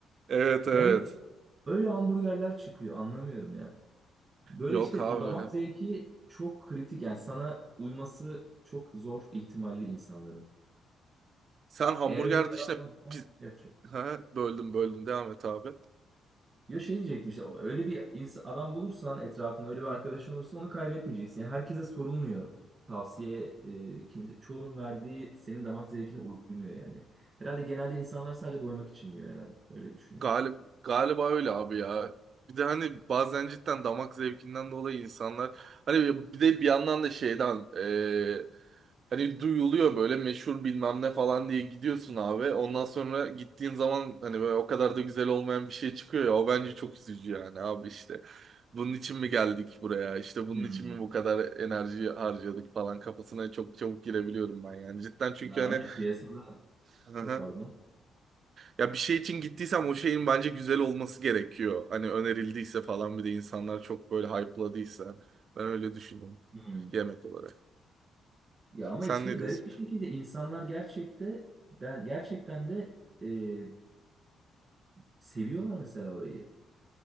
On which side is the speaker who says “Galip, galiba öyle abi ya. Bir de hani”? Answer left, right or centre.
Right